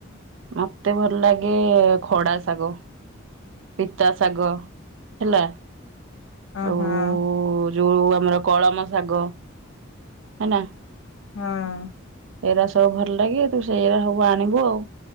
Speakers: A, on the right; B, on the left.
A: ମତେ ଭଲ ଲାଗେ ଖଡା ଶାଗ। ପିତା ଶାଗ ହେଲା
B: ହ
A: ଆଉ
B: ହଁ।
A: ଯୋଉ ଆମର କଳମ ଶାଗ ହେନା
B: ହଁ।
A: ଏରା ସବୁ ଭଲ ଲାଗେ ତୁ ସେଇରା ସବୁ ଆଣିବୁ ଆଉ।